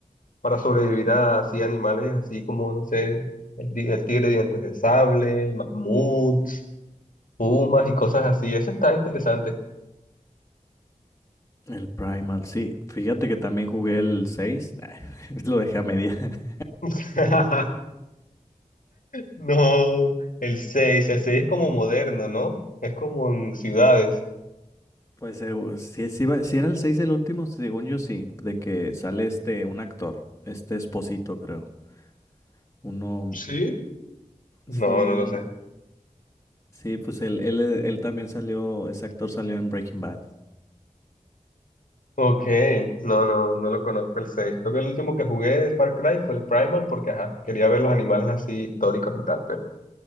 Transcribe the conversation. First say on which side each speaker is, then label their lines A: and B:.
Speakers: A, on the left; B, on the left.
A: para sobrevivir a así animales así como, no sé, el, di- el tigre de dientes de sable, mamuts. pumas y cosas así. Eso está interesante.
B: El Primal, sí. Fíjate que también jugué el 6, <laughs> Lo dejé a media. <laughs>
A: <laughs> No, el seis, el 6 es como moderno, ¿no? Es como en ciudades.
B: Pues eh, si, si, va- si era el 6 el último, según yo sí, de que sale este, un actor, este Esposito creo. Uno,
A: ¿Sí? No,
B: sí,
A: no
B: un,
A: lo sé.
B: sí, pues él, él, él también salió, ese actor salió en Breaking Bad.
A: Ok, no, no, no lo conozco el seis. Creo que el último que jugué de Far Cry fue el Primal porque, ajá, quería ver los animales así históricos y tal, pero,